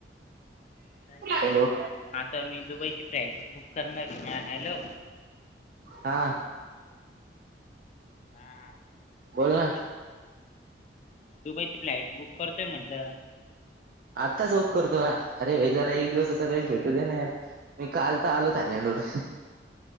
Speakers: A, on the left (about 40°); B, on the right (about 55°).
A: काही नाही
B: हॅलो
A: आता मी दुबईची फ बुक करणार हॅलो
B: हा
A: हां आता
B: बोल ना.
A: दुबई दुबईची फ्लाइट बुक करतोय म्हटलं
B: आत्ताच
A: हां
B: ओक करतो अरे भाई जरा एक दिवसाचा रेस भेटू दे नाही मी काल तर आलो थायलंड वर